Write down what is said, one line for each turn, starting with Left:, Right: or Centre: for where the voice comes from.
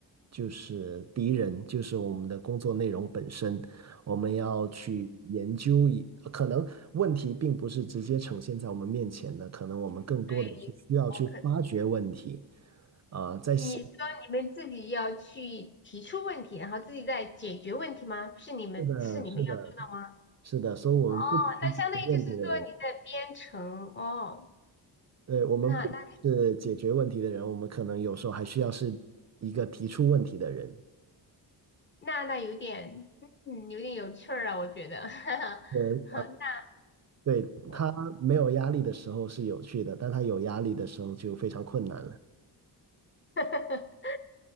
Right: 就是敌人就是我们的工作内容本身。我们要去研究一，可能问题并不是直接呈现在我们面前的，可能我们更多的是需要去发掘问题。
Left: 对，我可
Right: 啊、在现，
Left: 你说你们自己要去提出问题，然后自己再解决问题吗？是你们是你们要做的吗？
Right: 呃，是的，是的，所以我们不仅是解决问题的人。
Left: 哦，那相当于就是说你在编程哦，
Right: 对，我们不是解决问题的人，
Left: 那那
Right: 我们可能有时候还需要是一个提出问题的人。
Left: 那那有点嗯有点有趣儿啊，我觉得，<laughs> 哈哈那
Right: 呃，对，他没有压力的时候是有趣的，
Left: 我
Right: 但他有压力的时候就非常困难了。
Left: <laughs>